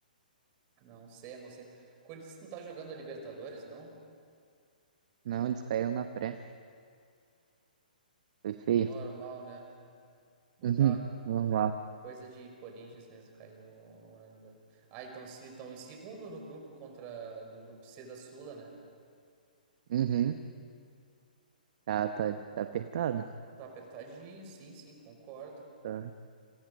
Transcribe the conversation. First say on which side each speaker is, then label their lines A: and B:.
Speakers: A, on the right; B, on the right.
A: Não sei, não sei. Corinthians não tá jogando a Libertadores, não?
B: Não, eles caíram na pré. Foi feio.
A: Normal, né? Botar
B: Uhum. Normal.
A: coisa de Corinthians mesmo cair no na Libertadores. Ah, então se estão em segundo no grupo contra no grupo C da Sula, né?
B: Uhum. Tá, tá, tá apertado.
A: Tá apertadinho, sim, sim, concordo.
B: Tá.